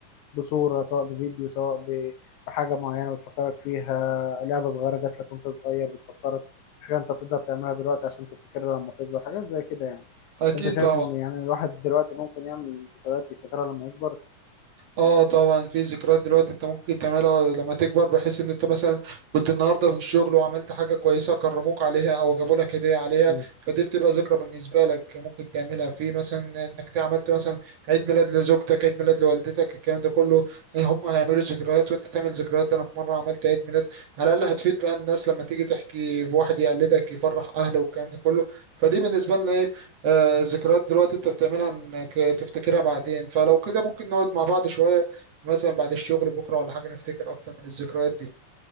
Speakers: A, on the left (about 75°); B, on the right (about 55°).
A: بصورة سواء بفيديو سواء ب- بحاجة معينة بتفكرك فيها لعبة صغيرة جات لك وانت صغير بتفكرك حاجة انت تقدر تعملها دلوقتي عشان تفتكرها لما تكبر حاجات زي كده يعني
B: اكيد
A: انت شايف
B: طبعا
A: ان يعني الواحد دلوقتي ممكن يعمل ذكريات يفتكرها لما يكبر
B: اه طبعا في ذكريات دلوقتي انت ممكن تعملها لما تكبر بحيث ان انت مثلا كنت النهارده في الشغل وعملت حاجه كويسه كرموك عليها او جابوا لك هديه عليها
A: مم.
B: فدي بتبقى ذكرى بالنسبه لك ممكن تعملها في مثلا انك عملت مثلا عيد ميلاد لزوجتك عيد ميلاد لوالدتك الكلام ده كله آه، هم هيعملوا ذكريات وانت تعمل ذكريات ده انا في مره عملت عيد ميلاد على الاقل هتفيد بقى الناس لما تيجي تحكي واحد يقلدك يفرح اهله والكلام ده كله فدي بالنسبه لنا إيه، آه، ذكريات دلوقتي انت بتعملها انك تفتكرها بعدين فلو كده ممكن نقعد مع بعض شوية مثلا بعد الشغل بكرة ولا حاجة نفتكر اكتر من الذكريات دي